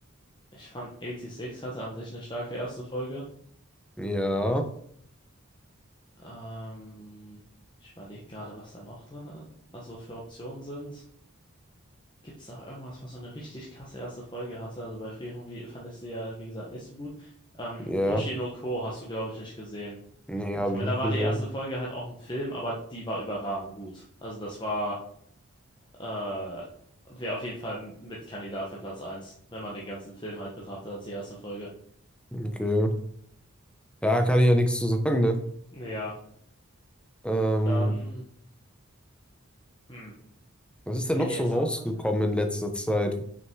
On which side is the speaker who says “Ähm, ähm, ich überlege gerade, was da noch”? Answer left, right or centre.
Left